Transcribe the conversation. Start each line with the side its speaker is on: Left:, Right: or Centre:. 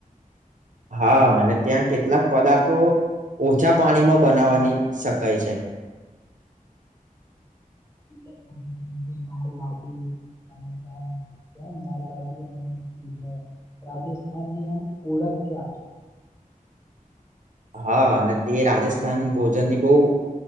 Right: હા અને ત્યાં કેટલાક પદાર્થો ઓછા પાણીમાં બનાવાની શકાય છે
Left: આપમ કે દાલ બાટી અને તમ દાલ બાટી એ રાજસ્થાનની આમ ઓળખ છે આતો.
Right: હા અને તે રાજસ્થાન ભોજનની બહુ